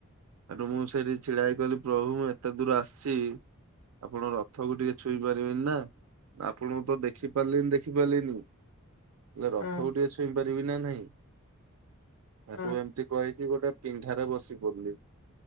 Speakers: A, on the right (about 75°); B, on the left (about 80°).
A: ଆ ମୁଁ ସେଇଠି ଛିଡା ହେଇକହିଲି ପ୍ରଭୁ ମୁଁ ଏତେ ଦୂର ଆସିଛି। ଆପଣଙ୍କ ରଥକୁ ଟିକେ ଛୁଇଁ ପାରିବେନି ନା ଆପଣଙ୍କୁ ତ ଦେଖି ପାରିଲେନି ଦେଖିପାରିଲିନି। ହେଲେ ରଥକୁ
B: ହୁଁ ହୁଁ
A: ଟିକେ ଛୁଇଁ ପାରିବି ନା ନାହିଁ ଏଠୁ
B: ହୁଁ
A: ଏମିତି କହିକି ଗୋଟେ ବସି ପଡିଲି